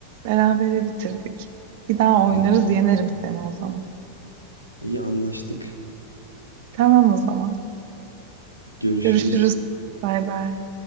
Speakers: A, on the right (about 50°); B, on the left (about 85°).
A: Berabere bitirdik. Bir daha oynarız,
B: Oh,
A: yenerim seni o zaman.
B: İyi anlaştık.
A: Tamam o zaman.
B: Görüşürüz.
A: Görüşürüz. Bay bay.